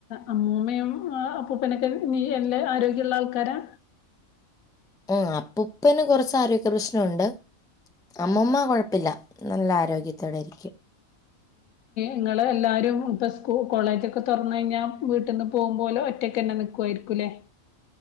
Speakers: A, on the left (about 85°); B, in the centre.
A: അമ്മൂമ്മയും അപ്പൂപ്പനൊക്കെ നീ എല്ലാ ആരോഗ്യമുള്ള ആൾക്കാരാ
B: ആ അപ്പുപ്പേന് കൊറച്ച് ആരോഗ്യ പ്രശ്നമുണ്ട് അമ്മൂമ്മ കൊഴപ്പില്ല നല്ല ആരോഗ്യത്തോടെരിക്കും
A: ഇങ്ങള് എല്ലാരും ഇപ്പ കോളേജൊക്കെ തൊറന്ന് കഴിഞ്ഞാ വീട്ടിന്ന് പോകുമ്പോൾ ഒറ്റക്ക് തന്നെ നിക്കോയിരിക്കൂലേ